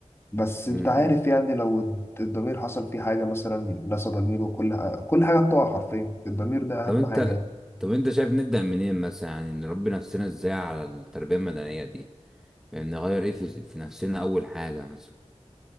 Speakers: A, on the left (about 20°); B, in the centre.
A: بس انت
B: مم.
A: عارف يعني لو الد- الضمير حصل فيه حاجه مثلا نسى ضميره كل كل حاجه بتقع حرفيا الضمير ده
B: طب
A: اهم
B: انت
A: حاجه يعني.
B: طب انت شايف نبدأ منين مثلا يعني نربي نفسنا ازاي على التربية المدنية دي يعني نغير ايه في, في نفسنا اول حاجة مثلا